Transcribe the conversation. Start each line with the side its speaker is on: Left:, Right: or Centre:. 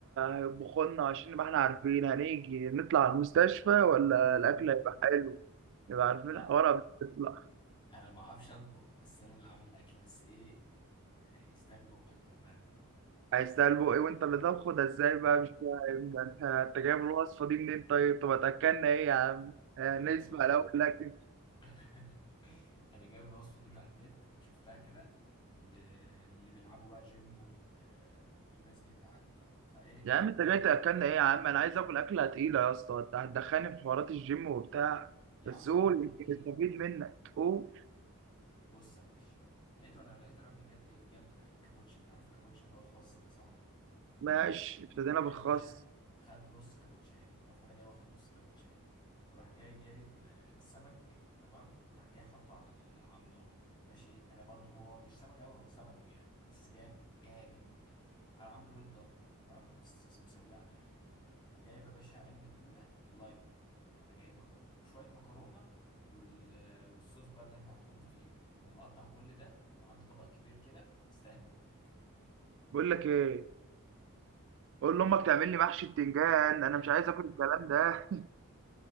Right: هيطبخوا لنا عشان نبقى احنا عارفين هنيجي نطلع على المستشفى ولا الاكل
Left: <laughs>
Right: هيبقى حلو نبقى عارفين
Left: لا
Right: الحوار قبل ما نطلع
Left: انا ما بعرفش اطبخ بس انا اللي عامل الاكل بس ايه يستاهل بقك بامانه
Right: عايز تلبق ايه وانت اللي طبخه ده ازاي بقى مش فاهم ده انت انت جايب الوصفه دي منين طيب طب هتاكلنا ايه يا عم آه،
Left: أنا
Right: نسمع
Left: بقول لك
Right: الاول
Left: اهو
Right: الاكل
Left: <laughs> انا جايب الوصفه دي من على النت كنت شفتها كده ل- اللي بيلعبوا بقى جيم وال... والناس دي انت عارف بقى فايه
Right: يا عم
Left: بت-
Right: انت جاي تاكلنا ايه يا عم انا عايز اكل اكله تقيله يا اسطى انت هتدخلني في حوارات الجيم وبتاع
Left: يا
Right: بس
Left: عم
Right: قول
Left: كلها بروتين
Right: يمكن نستفيد منك قول
Left: بص يا باشا لقيت وانا لقيت الراجل جاب ايه جاب الكابوتشا انت عارف الكابوتشا اللي هو الخاص ده صح
Right: ماشي ابتدينا
Left: جاي
Right: بالخس
Left: يا باشا خد نص كابوتشاي رحت انا جاي واخد نص كابوتشاي وراح جاي جايب آه، سمك تمام وراح جاي حاطه على ال... على النار ماشي انا برضو هو مش سمك قوي هو سلمون يعني بس جامد جامد انا عامله ويل دان تمام بس مسويه على الاخر وجايب يا باشا علبه تونه لايت يعني جايبها برضو وشويه مكرونه وال... آه، والصوص بقى اللي احنا هنحط فيه ومقطع كل ده وعامل طبق كبير كده يستاهل بقى
Right: بقول لك ايه قول لامك تعمل لي محشي بتنجان انا
Left: <laughs>
Right: مش عايز اكل الكلام ده <laughs>